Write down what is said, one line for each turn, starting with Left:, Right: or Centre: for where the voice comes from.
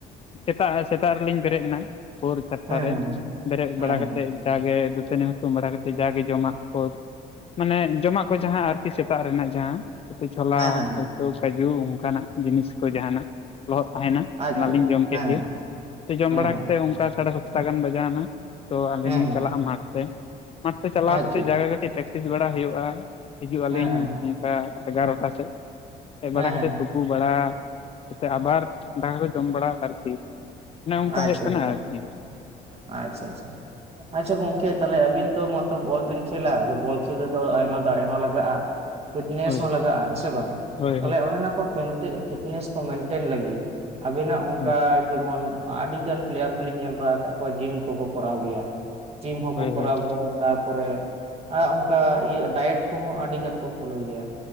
Left: ᱥᱮᱛᱟᱜ ᱥᱮᱛᱟᱜ ᱨᱮᱞᱤᱧ ᱵᱮᱨᱮᱫ ᱮᱱᱟ ᱵᱷᱳᱨ ᱪᱟᱴᱴᱟᱨᱮ
Right: ᱦᱮᱸ ᱦᱮᱸ
Left: ᱵᱮᱨᱮᱫ
Right: ᱦᱮᱸ
Left: ᱵᱟᱲᱟ
Right: ᱦᱮᱸ
Left: ᱠᱟᱛᱮᱫ ᱡᱟᱜᱮ ᱫᱟᱹᱛᱟᱹᱱᱤ ᱦᱩᱛᱩᱢ ᱵᱟᱲᱟ ᱠᱟᱛᱮᱫ ᱡᱟᱜᱮ ᱡᱚᱢᱟᱜ ᱠᱚ ᱢᱟᱱᱮ ᱡᱚᱢᱟᱜ ᱠᱚ ᱡᱟᱸᱦᱟᱸ ᱟᱨᱠᱤ ᱥᱮᱛᱟᱜ ᱨᱮᱱᱟᱜ ᱡᱟᱦᱟᱸ <inaudible> ᱪᱷᱚᱞᱟ
Right: ᱦᱮᱸ ᱦᱮᱸ
Left: <inaudible> ᱠᱟᱹᱡᱩ ᱚᱱᱠᱟᱱᱟᱜ ᱡᱤᱱᱤᱥ ᱠᱚ ᱡᱟᱦᱟᱱᱟᱜ ᱞᱚᱦᱚᱫ ᱛᱟᱦᱮᱱᱟ
Right: ᱟᱪᱪᱷᱟ
Left: ᱚᱱᱟᱞᱤᱧ ᱡᱚᱢ
Right: ᱦᱮᱸ ᱦᱮᱸ
Left: ᱠᱮᱫ ᱜᱮ ᱛᱚ ᱡᱚᱢ
Right: ᱦᱮᱸ
Left: ᱵᱟᱲᱟ
Right: ᱦᱮᱸ
Left: ᱠᱟᱛᱮᱫ ᱚᱱᱠᱟ ᱥᱟᱲᱮ ᱥᱟᱛ ᱴᱟ ᱜᱟᱱ ᱵᱟᱡᱟᱣ ᱮᱱᱟ, ᱛᱚ ᱟᱹᱞᱤᱧ
Right: ᱦᱮᱸ
Left: ᱞᱤᱧ
Right: ᱦᱮᱸ
Left: ᱪᱟᱞᱟᱜᱼᱟ ᱢᱟᱴᱷ ᱛᱮ ᱢᱟᱴᱷ ᱛᱮ ᱪᱟᱞᱟᱣ
Right: ᱟᱪᱪᱷᱟ
Left: ᱠᱟᱛᱮ
Right: ᱦᱮᱸ
Left: ᱡᱟᱭᱜᱟ ᱠᱟᱹᱴᱤᱡ ᱯᱮᱠᱴᱤᱥ ᱵᱟᱲᱟ ᱦᱩᱭᱩᱜᱼᱟ, ᱦᱤᱡᱩᱜ ᱟᱹᱞᱤᱧ
Right: ᱦᱮᱸ
Left: ᱚᱱᱠᱟ ᱮᱜᱟᱨᱚᱴᱟ ᱥᱮᱫ ᱦᱮᱡ
Right: ᱦᱮᱸ
Left: ᱵᱟᱲᱟ
Right: ᱦᱮᱸ
Left: ᱠᱟᱛᱮ ᱛᱩᱯᱩ ᱵᱟᱲᱟ ᱠᱟᱛᱮ ᱟᱵᱟᱨ ᱫᱟᱠᱟ ᱠᱚ ᱡᱚᱢ ᱵᱟᱲᱟ ᱟᱨᱠᱤ ᱚᱱᱮ ᱚᱱᱠᱟ
Right: ᱟᱪᱪᱷᱟ
Left: ᱦᱩᱭᱩᱜ ᱠᱟᱱᱟ
Right: ᱟᱪᱪᱷᱟ
Left: ᱟᱨ ᱠᱤ᱾
Right: ᱟᱪᱪᱷᱟ ᱟᱪᱪᱷᱟ᱾ ᱟᱪᱪᱷᱟ, ᱜᱚᱝᱠᱮ ᱛᱟᱦᱚᱞᱮ ᱟᱵᱤᱱ ᱛᱚ ᱢᱟᱛᱚ ᱵᱚᱞ ᱵᱤᱱ ᱠᱷᱮᱞᱟ ᱟᱫᱚ ᱵᱚᱞ ᱠᱷᱮᱞ ᱨᱮᱫᱚ ᱟᱭᱢᱟ ᱫᱟᱲᱮ ᱦᱚᱸ ᱞᱟᱜᱟᱜᱼᱟ᱾ ᱯᱷᱤᱴᱱᱮᱥ
Left: ᱦᱳᱭ
Right: ᱦᱚᱸ ᱞᱟᱜᱟᱜᱼᱟ ᱦᱮ ᱥᱮ ᱵᱟᱝ
Left: ᱦᱳᱭ
Right: ᱛᱟᱦᱚᱞᱮ
Left: ᱦᱳᱭ
Right: ᱚᱱᱮ ᱚᱱᱟ ᱠᱚ ᱯᱷᱤᱴᱱᱮᱥ ᱠᱚ ᱢᱮᱱᱴᱮᱱ ᱞᱟᱹᱜᱤᱫ ᱟᱵᱤᱱᱟᱜ ᱚᱱᱠᱟ
Left: ᱦᱳᱭ
Right: ᱡᱮᱢᱚᱱ ᱟᱹᱰᱤ ᱜᱟᱱ ᱯᱮᱞᱮᱭᱟᱨ ᱠᱚᱞᱤᱧ ᱧᱮᱞ ᱵᱟᱲᱟ ᱟᱠᱟᱫ ᱠᱚᱣᱟ ᱡᱤᱢ ᱠᱚᱠᱚ ᱠᱚᱨᱟᱣ ᱜᱮᱭᱟ, ᱡᱤᱢ ᱦᱚᱸᱠᱚ
Left: ᱦᱳᱭ
Right: ᱠᱚᱨᱟᱣ
Left: ᱦᱳᱭ
Right: ᱜᱮᱭᱟ ᱛᱟᱯᱚᱨᱮ ᱚᱱᱠᱟ ᱤᱭᱟᱹ ᱰᱟᱭᱮᱴ ᱠᱚᱦᱚᱸ ᱟᱹᱰᱤ ᱜᱟᱱ ᱠᱚ ᱯᱷᱳᱚᱞᱳᱭ ᱜᱮᱭᱟ